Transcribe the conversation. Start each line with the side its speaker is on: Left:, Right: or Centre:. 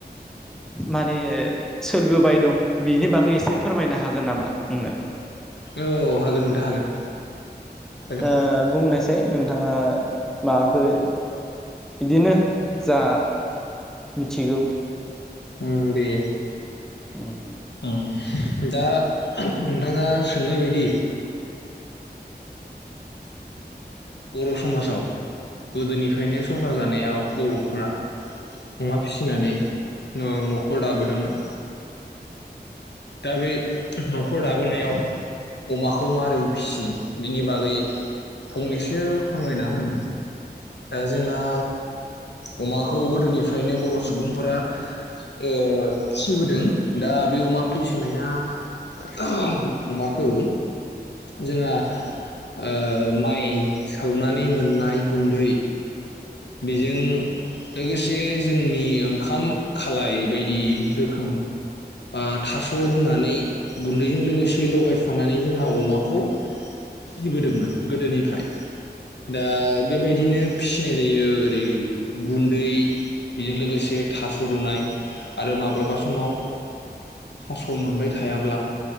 Centre: माने सोलिबोबाय दं बिनि बागै एसे फोरमायनो हागोन नामा आंनो?
Left: औ हागोन नोंथां हागोन हागोन
Centre: दा बुंनायसाय नोंथाङा माबाफोर बिदिनो जा मिथिगौ
Left: उम दे
Centre: उम
Left: उम दा नोंथाङा सोंनाय बायदि बर' समाजाव गोदोनिफ्रायनो संसार जानायाव बर'फोरा अमा फिसिनानै नो न'खर दाबोदोंमोन दा बे न'खर दाबोनायाव अमाखौ मारै फिसियो बेनि बागै फंनैसो फोरमायना होन जोंहा अमाखौ गोदोनिफ्रायनो बर' सुबुंफोरा ओ फिसिबोदों दा बे अमा फिसिनाया ना अमाखौ जोंहा ओ माइ सौवनानै मोननाय गुन्दै बेजों लोगोसे जोंनि ओंखाम खालाय बायदि रोखोम बा थास रुनानै गुन्दैजों लोगोसे लगायफानानै जोंहा अमाखौ फिसिबोदोंमोन गोदोनिफ्राय दा बेबायदिनो फिसिनाय जायो ओरै गुन्दै बेजों लोगोसे थास रुनाय आरो माब्लाबा समाव थास मोनबाय थायाब्ला